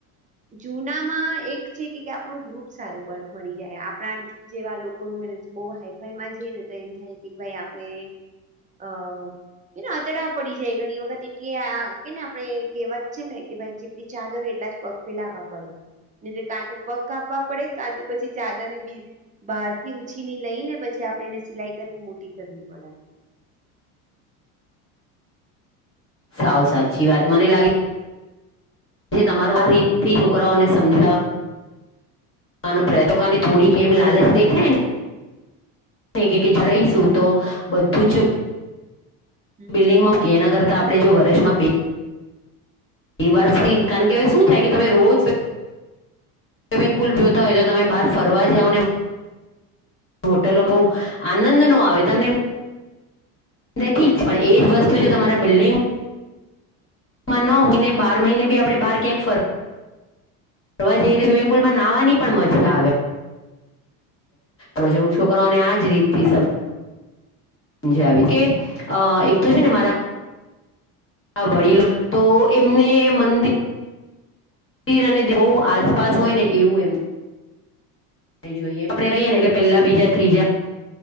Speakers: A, on the right; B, on the left.
A: જુનામાં એક છે કે આપણું ગ્રુપ સારું મ મળી જાય આપણા જેવા લોકો હોયને તો બહુ હાઈફાઈ માં જને તો એમ થાય કે ભાઈ આપણે હ એને આતેડા પડી જાય. ઘણી વખત એટલી આ કેને આપણે કહેવાત છે ને કે ભાઈ જેટલી ચાદર એટલા જ પગ ફેલાવા પડે. એટલે કાં તો પગ આપવા પડે કાં તો પછી ચાદર ને બી બહાર થી ઉછી ને લઈ ને પછી આપણેેને સિલાઈ કરીને મોટી કરવી પડે.
B: <inaudible> સાવ સાચી વાત મને લાગે જે તમારો આ રીતથી છોકરાઓને સમજાવા આનો પ્રય તો કાને થોડીક એમ લાલચ દેખાય
A: હમ હમ
B: ને કે જરાય સુતો બધુંજ <inaudible>
A: હમ
B: બિલ્ડિંગ
A: હમ.
B: મોટી એના કારણ તા આપણે જો વર્ષમાં બે એ વર્ષથી કારણ કેવે શું થાય કે તમે રોજ સ્વિમિંગ પુલ જોતા હોય તો તમે બહાર ફરવા જાઓ ને હોટેલો બહુ આનંદ નો આવે તમને ઠીક પણ એ જ વસ્તુ જો તમારા બિલ્ડિંગ મા નો હોઈને બાર મહિને બી આપણે બહાર ક્યાંક ફર વા જઈને સ્વિમિંગ પુલમા નાવાની પણ મજા આવે. રોજી હું છોકરાઓને આજ રીત થી સમ જાવીસ કે એક તો છે ને મારા વડીલો તો એમને મંદિર ર અને બહુ આસપાસ હોય ને એવું એમ જોઈએ આપણે રહીએ ને એટલે પહેલા બીજા ત્રીજા